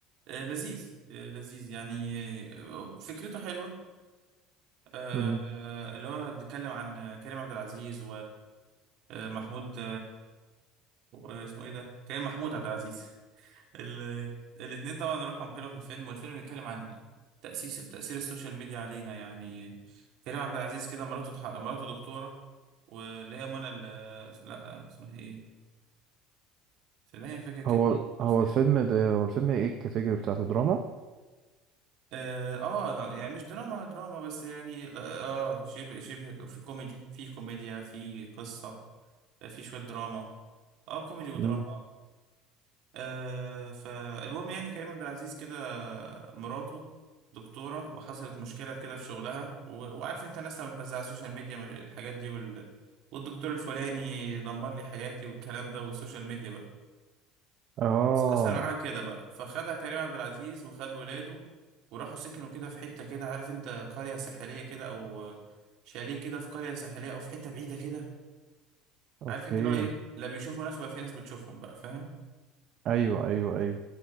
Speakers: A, on the right; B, on the right.
A: آه، لذيذ آه، لذيذ يعني آه، فكرته حلوة آه،
B: مم.
A: آه، اللي هو بيتكلم عن آه، كريم عبد العزيز ومحمود واسمه ايه ده كريم محمود عبد العزيز ال... الاتنين طبعا روحهم حلوة في الفيلم والفيلم بيتكلم عن تأسيس تأثير السوشيال ميديا علينا يعني كريم عبد العزيز كده مراته تح... مراته دكتورة واللي هي منى ال... لا اسمها ايه فدايما فاكر كانت
B: هو
A: مين في
B: هو
A: الفيلم
B: الفيلم ده هو الفيلم ايه الكاتيجوري بتاعته دراما
A: اه آه، يعني مش دراما دراما بس يعني لا، اه شبه شبه في كوميدي في كوميديا في قصة في شوية دراما اه كوميدي ودراما
B: مم.
A: آه، فالمهم يعني كريم عبد العزيز كده مراته دكتورة وحصلت مشكلة كده في شغلها و... وعارف انت الناس لما بتنزل على السوشيال ميديا من الحاجات دي وال... والدكتور الفلاني دمر لي حياتي والكلام ده والسوشيال ميديا بقى
B: اه
A: حصل معاها كده بقى فخدها كريم عبد العزيز وخد ولاده وراحوا سكنوا كده في حتة كده عارف انت قرية ساحلية كده او شاليه كده في قرية ساحلية او في حتة بعيدة كده
B: اوكي
A: عارف انت لو ايه لا بيشوفوا ناس ولا في ناس بتشوفهم بقى فاهم
B: ايوه ايوه ايوه